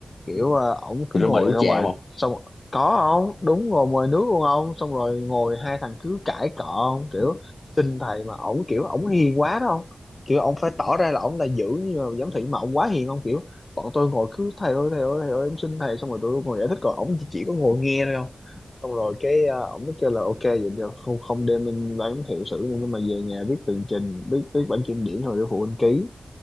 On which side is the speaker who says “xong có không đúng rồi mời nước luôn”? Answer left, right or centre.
Left